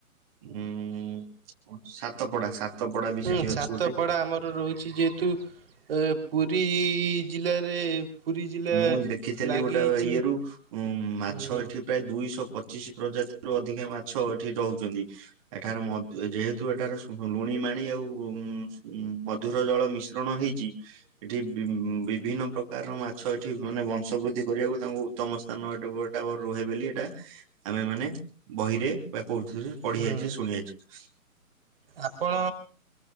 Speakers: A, on the right (about 25°); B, on the right (about 40°).
A: ଉଁ ସାତପଡା ସାତପଡା ବି
B: ହୁଁ
A: ସେଠି ଅଛି
B: ସାତ
A: ଗୋଟେ।
B: ପଡା ଆମର ରହୁଚି ଯେହେତୁ ଏ ପୁରୀ ଜିଲ୍ଲା ପୁରୀ
A: ମୁଁ ଦେଖିଥିଲି
B: ଲାଗି
A: ଗୋଟେ
B: ଚିଲି
A: ଇଏରୁ ଉଁ ମାଛ
B: ହୁଁ
A: ଏଠି ପ୍ରାୟ ଦୁଇଶହ ପଚ ପଚିସି ପ୍ରଜାତି ରୁ ଅଧିକା ମାଛ ଏଠି ରହୁଚନ୍ତି। ଏଠାରେ ମଦୁ ଯେହେତୁ ଏଠାରେ ସ ଲୁଣି ମାଣି ଆଉ ଉ ମଧୁର ଜଳ ମିଶ୍ରଣ ହେଇ ଇଚି ଏଠି ମ୍ କାର ମାଛ ଏଠି ମାନେ ବଂଶ ବୃଦ୍ଧି କରିବାକୁ ତାଙ୍କୁ ଉତ୍ତମ ସ୍ଥାନଟା <unintelligible> ରୁହେ ବୋଲି ଏଇଟା ଆମେ ମାନେ ବହିରେ ବା କୋଉ ଥିରେ ପଢି
B: ହୁଁ।
A: ଆଇଚୁ ଶୁଣି ଯାଇଚୁ।
B: ଆପଣ